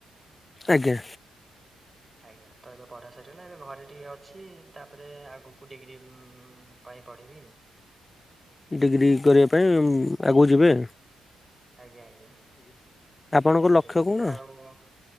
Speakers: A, on the left; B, on the right.
A: ଆଜ୍ଞା।
B: ଆଜ୍ଞା ତ ଏବେ ପଢା ସାରିଗଲା ଏବେ ଘରେ ଟିକେ ଅଛି ତାପରେ ଆଗକୁ ଡିଗ୍ରୀ ପାଇଁ ପଢ଼ିବି।
A: ଡିଗ୍ରୀ କରିବା ପାଇଁ ଆଗକୁ ଯିବେ।
B: ଆଜ୍ଞା, ଆଜ୍ଞା
A: ଆପଣଙ୍କ ଲକ୍ଷ୍ୟ
B: ଏତିକିରେ
A: କଣ
B: ଆଉ